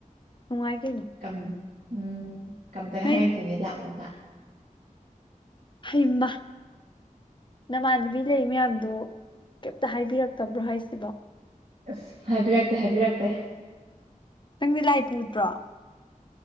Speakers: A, on the left; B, on the right.
A: ꯅꯨꯡꯉꯥꯏ ꯀꯩꯅꯣ
B: ꯀꯝ ꯎꯝ ꯀꯝꯇꯒ
A: ꯅꯣꯏ
B: ꯍꯥꯏꯔꯛꯇꯤꯅꯦ ꯂꯥꯛꯑꯣ
A: ꯍꯩꯃ ꯅꯃꯥꯟꯅꯕꯤ ꯂꯩ ꯃꯌꯥꯝꯗꯨ ꯀꯩꯇ ꯍꯥꯏꯕꯤꯔꯛꯇꯕ꯭ꯔꯣ ꯍꯥꯏꯁꯤꯕꯣ
B: ꯑꯁ ꯍꯥꯏꯕꯤꯔꯛꯇꯦ ꯍꯥꯏꯕꯤꯔꯛꯇꯦ
A: ꯅꯪꯗꯤ ꯂꯥꯏ ꯄꯨꯗ꯭ꯔꯣ